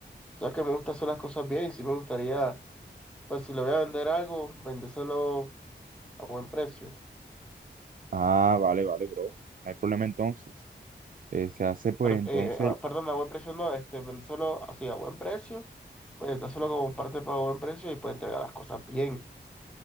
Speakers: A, in the centre; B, on the right.
A: o sea que me gusta hacer las cosas bien. Sí me gustaría, pues si le voy a vender algo, vendérselo a buen precio.
B: Ah, vale, vale, bro. No hay problema entonces. Eh, se hace pues
A: per-
B: entonces.
A: eh, ah, perdón, a buen precio no, este, vende solo así a buen precio, pues está solo como parte para buen precio y puede entregar las cosas bien.